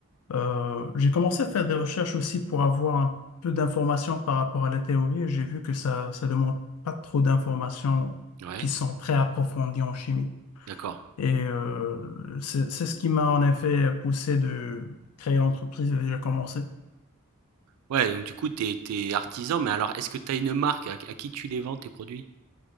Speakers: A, on the left; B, on the right.
A: euh, j'ai commencé à faire des recherches aussi pour avoir un peu d'informations par rapport à la théorie. et J'ai vu que ça ça demande pas trop d'informations
B: ouais.
A: qui sont très approfondies en chimie.
B: D'accord.
A: Et euh, c'est c'est ce qui m'a en effet poussé de créer l'entreprise et déjà commencé.
B: Ouais, donc du coup, t'es, t'es artisan, mais alors, est-ce que tu as une marque? À, à qui tu les vends, tes produits?